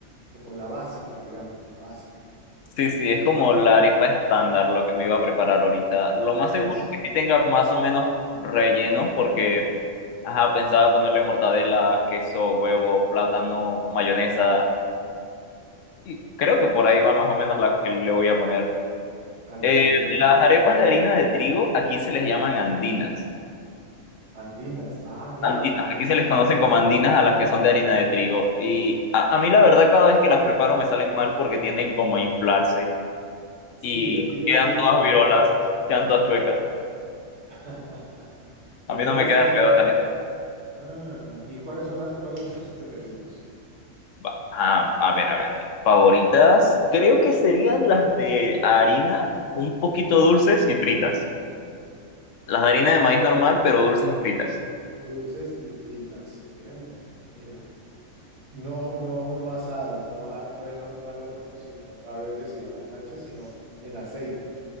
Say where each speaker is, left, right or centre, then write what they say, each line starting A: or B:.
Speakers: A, on the right; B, on the left.
A: como la básica, digámosle, la básica.
B: Sí, sí, es como la arepa estándar lo que me iba a preparar ahorita. Lo
A: Eso,
B: más seguro es que sí tenga más o menos relleno porque, ajá, pensaba ponerle mortadela, queso, huevo, plátano, mayonesa y creo que por ahí va más o menos la que le voy a poner.
A: al
B: Eh,
A: desayuno.
B: las arepas de harina de trigo aquí se les llaman andinas.
A: Andinas. Ah, mira,
B: Andinas,
A: qué interesante.
B: aquí se les conocen como andinas a las que son de harina de trigo. Y a, a mí la verdad cada vez que las preparo me salen mal porque tienden como a inflarse
A: Sí,
B: y
A: es, di- es
B: quedan
A: diferente
B: todas virolas,
A: la vaina.
B: quedan todas chuecas.
A: <laughs>
B: A
A: Y
B: mí
A: tú
B: no
A: las
B: me quedan
A: haces.
B: redondas estas.
A: Ah, ¿y cuáles son las, cuáles son tus preferidas?
B: Va, ah, a ver, a ver, mis favoritas creo que serían las de harina, un poquito dulces y fritas. Las de harina de maíz normal, pero dulces y fritas.
A: Dulces y fritas. Eh, mira. No, no, no asadas, no, a- no, no, no al horno, sino, a ver, es decir, a la plancha, sino en aceite,